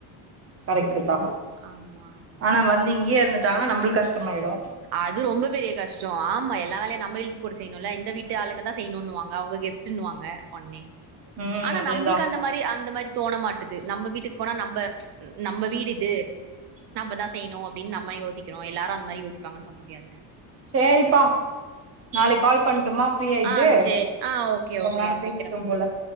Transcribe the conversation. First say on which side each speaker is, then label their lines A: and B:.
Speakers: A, on the right; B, on the right.
A: கரெக்ட்டு தா
B: ஆமா அந்த மாரி
A: ஆனா வந்து இங்கயே இருந்து டாங்கன்னா நம்ளுக்கு கஷ்டமாய்டு
B: அது ரொம்ப பெரிய கஷ் டோ ஆமா எல்லா வேலயு நம்ம இழுத்து போட்டு செய்யணுல்ல இந்த வீட்டு ஆளுங்க தா செய்யணுன்னுவாங்க அவங்க கெஸ்ட்ன்னுவாங்க ஒன்னே
A: ம்
B: ஆனா
A: அதேதா
B: நம்ப்ளுக்கு அந் அந்த மாதிரி அந்த மாதிரி தோண மாட்டுது நம்ம வீட்டுக்கு போனா நம்ம நம்ம வீடு இது நம்ம தா செய்யணும் அப்படின் நம்ம யோசிக்கிறோ எல்லாரு அந்த மாதிரி யோசிபாங்கன்னு சொல்ல முடியாதுல
A: செரிப்பா நாளைக்கு கால் பண்ணட்டுமா ஃப்ரீ ஆயிட்டு
B: ஆ சரி. ஆ ஓகே
A: ரொம்ப
B: ஓகே.
A: நேரம் பேசிட்டோம்
B: வைக்கிறேன்ப்பா.
A: போல